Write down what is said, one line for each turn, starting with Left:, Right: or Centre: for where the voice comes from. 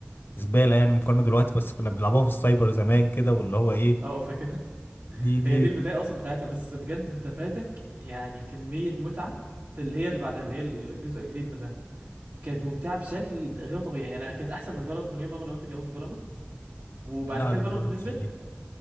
Left: زباله يعني مقارنه دلوقتي بس كنا بنلعبوها في السايبر زمان كده واللي هو ايه
Right: اه آه، فاكر <laughs>
Left: دي
Right: هي
Left: دي
Right: دي البدايه اصلا بتاعتها بس بجد انت فاتك يعني كميه متعه في اللي هي اللي بعدها اللي هي الجزء الجديد منها كانت ممتعه بشكل غير طبيعي يعني أنا كانت احسن من فالورانت مليون مره لو انت جربت فالورانت وبعد
Left: لا
Right: كده
Left: لا
Right: فالورانت
Left: ما جربتش
Right: نزلت
Left: دي